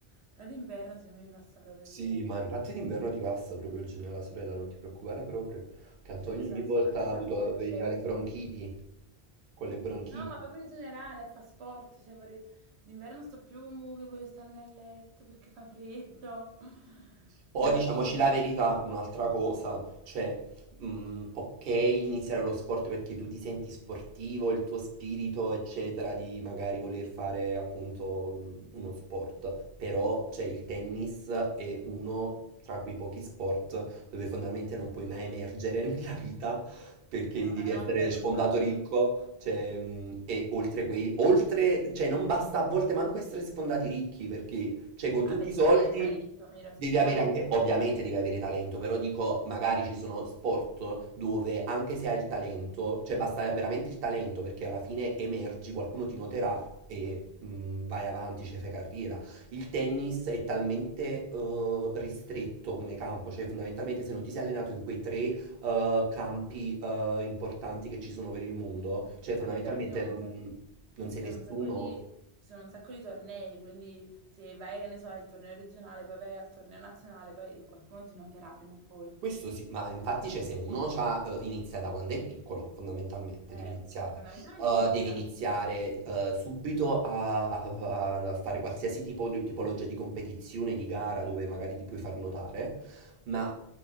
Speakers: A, on the right; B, on the right.
A: Però d'inverno secondo me mi passa proprio
B: Sì,
A: il genio.
B: ma infatti d'inverno ti passa proprio il genio alla sorella, non ti preoccupare proprio, che Antonio
A: Cioè, puoi stare
B: ogni volta
A: solo a casa
B: ha avuto,
A: mia nel
B: veniva
A: letto.
B: le bronchiti, con le bronchiti.
A: No, ma proprio in generale, fa sport, cioè vorrei... d'inverno sto più mu, che voglio stare nel letto perché fa freddo <laughs>
B: Poi
A: la
B: diciamoci
A: sera.
B: la verità, un'altra cosa, cioè, mh, ok, iniziare lo sport perché tu ti senti sportivo, il tuo spirito, eccetera, di magari voler fare appunto mh, uno sport, però c'è il tennis è uno tra quei pochi sport dove fondamentalmente non puoi mai emergere <laughs> nella vita perché
A: No,
B: devi
A: ma non
B: essere
A: per
B: sfondato
A: un fatto...
B: ricco, cioè, mh, e oltre quei, oltre, cioè non basta a volte manco essere sfondati ricchi perché... Cioè, con
A: Vabbè,
B: tutti
A: devi
B: i soldi
A: avere talento, mira, se
B: devi
A: c'è
B: avere
A: talento...
B: anche, ovviamente
A: se-
B: devi avere talento, però dico, magari ci sono sport dove anche se hai il talento, cioè basta veramente il talento perché alla fine emergi, qualcuno ti noterà. E mh, vai avanti, cioè fai carriera. Il tennis è talmente eh, ristretto come campo, cioè fondamentalmente se non ti sei allenato in quei tre eh, campi eh, importanti che ci sono per il mondo, cioè fondamentalmente
A: Vabbè, però ci sono
B: non,
A: un sacco,
B: non sei
A: ci sono
B: nessuno.
A: un sacco di... ci sono un sacco di tornei, quindi se vai, che ne so, al torneo regionale, poi vai al torneo nazionale, poi qualcuno ti noterà prima o poi.
B: Questo sì, ma infatti cioè, se uno c'ha, eh, inizia da quando è piccolo, fondamentalmente,
A: Eh,
B: devi iniziare.
A: fondamentalmente
B: Eh,
A: devi iniziare
B: devi iniziare
A: da piccolo.
B: eh, subito a, a- a fare qualsiasi tipo di tipologia di competizione, di gara dove magari ti puoi far notare, ma